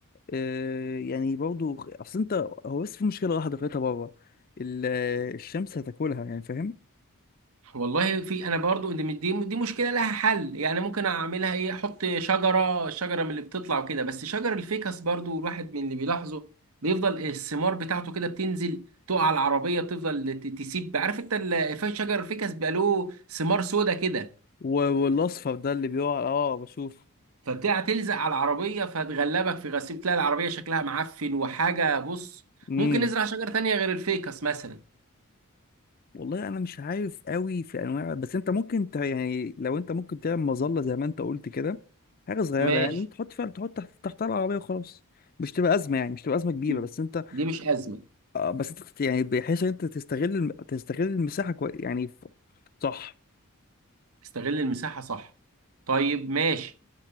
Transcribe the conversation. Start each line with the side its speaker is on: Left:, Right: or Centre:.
Left: آه يعني برضو اصل انت هو بس في مشكله واحده خليتها بره ال- الشمس هتاكلها يعني فاهم
Right: والله في انا برضو دي دي دي مشكله لها حل يعني ممكن اعملها ايه احط شجره شجره من اللي بتطلع وكده بس شجر الفيكس برضو الواحد من اللي بيلاحظه بيفضل الثمار بتاعته كده بتنزل تقع على العربيه بتفضل ت- تسيب عارف انت ال- شجر الفيكس بيبقى له ثمار سودا كده
Left: و- والاصفر ده اللي بيقع اه بشوف
Right: فبتاع تلزق على العربية فتغلبك في غسيل تلاقي العربية شكلها معفن وحاجة بص
Left: امم
Right: ممكن نزرع شجرة تانية غير الفيكس مثلا
Left: والله انا مش عارف قوي في انواع بس انت ممكن ت... يعني لو انت ممكن تعمل مظله زي ما انت قلت كده حاجه صغيره
Right: ماشي
Left: يعني تحط فيها تحط تحت تحتها العربيه وخلاص مش تبقى ازمه يعني مش تبقى ازمه كبيره
Right: م-
Left: بس انت
Right: دي مش أزمة
Left: آه، بس انت يعني بحيث ان انت تستغل الم- تستغل المساحه كويس يعني ف- صح
Right: استغل المساحة صح طيب ماشي